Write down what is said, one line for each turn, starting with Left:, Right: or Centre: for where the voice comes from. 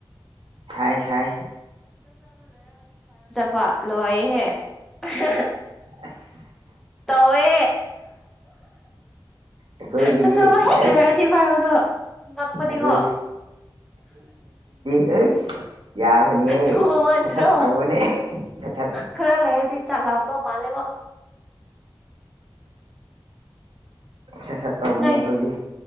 Right: ꯊꯥꯏ ꯁꯥꯏ
Centre: ꯄ ꯂꯣꯏꯍꯦ ꯑ
Right: ꯑꯁ
Centre: ꯇꯧꯋꯦ
Right: ꯑꯩꯈꯣꯏꯒꯤꯅꯤ
Centre: ꯆꯥꯛꯆꯥꯕ ꯍꯦꯛ
Right: ꯑꯦꯁ
Centre: ꯂꯣꯏꯔꯗꯤ ꯐꯥꯔꯣꯗꯣ ꯉꯛꯄꯅꯤꯉꯣ
Right: ꯑꯩꯈꯣꯏ ꯑꯩ ꯌꯥꯕꯅꯦꯍꯦ
Centre: ꯊꯨꯃꯟꯗ꯭ꯔꯣ
Right: ꯁꯠ ꯁꯠ ꯇꯧꯕꯅꯦ ꯁꯠ ꯁꯠ
Centre: ꯈꯔ ꯂꯩꯔꯗꯤ ꯆꯥꯛ ꯂꯥꯛꯗꯧ ꯃꯥꯜꯂꯦꯕꯣ
Right: ꯁꯠ ꯁꯠ ꯇꯧꯕꯅꯦ
Centre: ꯅꯪ
Right: ꯑꯩꯈꯣꯏꯗꯤ